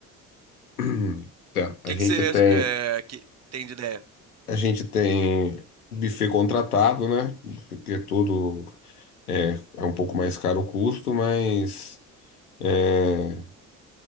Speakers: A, on the left; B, on the right.
A: <clears throat> Tá. A
B: que
A: gente
B: que você
A: tem,
B: é, que tem de ideia?
A: a gente tem buffet contratado, né? Porque tudo é, é um pouco mais caro o custo, mas é,